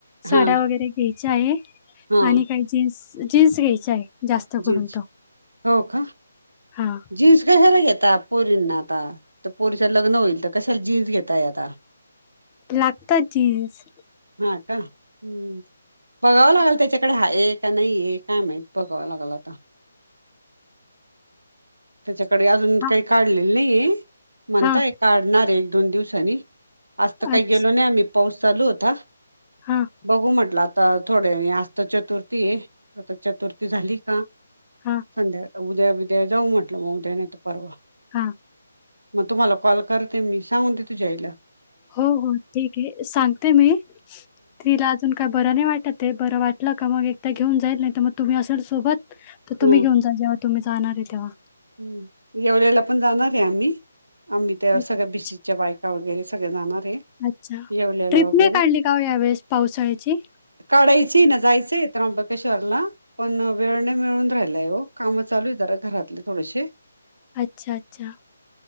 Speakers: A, on the right; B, on the left.
A: हा
B: साड्या वगैरे घ्यायच्या आहे
A: हा
B: आणि काही जीन्स जीन्स घ्यायचे आहे. जास्त करून
A: जीन्स
B: तर
A: हो का
B: हां.
A: जीन्स कशाला घेता? आता पोरींना आता तर पोरीच्या लग्न होईल तर कशाला जीन्स घेताय आता.
B: लागतात जिन्स
A: ह का हम्म बघावं लागेल त्याच्याकडे हा आहे का नाही आहे काय मा बघाव लागेल आता त्याच्याकडे अजून
B: हां
A: काही काढलेलं नाही म्हणताय
B: हां
A: काढणार आहे. दोन दिवसनी आज तर काही
B: अच्छ
A: गेलो नाही आम्ही पाऊस चालू होता.
B: हां
A: बघू म्हटला. आता थोडे आस्त चतुर्थी आता चतुर्थी झाली का
B: हां
A: संध्या उद्या बिद्या जाऊ म्हटलं मग उद्याने तर परवा.
B: हां
A: मग तुम्हाला कॉल करते मी सांगून दे तुझ्यायला.
B: हो हो ठीक आहे सांगते मी तिला अजून काय बर नाही वाटत आहे. बर वाटलं का मग एकदा घेऊन जाईन नाहीतर तुम्ही असं सोबत
A: हम्म
B: तर तुम्ही घेऊन जा. तुम्ही जाणार आहे तेव्हा.
A: हम्म एवढ्याला पण जाणार आहे आम्ही, आम्ही त्या
B: अच्छा
A: सगळ्या बीशी च्या बायका वगैरे सगळे जाणार. आहे
B: अच्छा
A: येवल्याला
B: ट्रिप
A: वगैरे
B: नाही काढली का यावेेळेस पावसाळ्याची.
A: काढायची ना जायचंय त्रंबकेश्वरला. पण वेळ नाही मिळून राहिलाय काम चालू आहे जरा घरातली. थोडीशी
B: अच्छा अच्छा!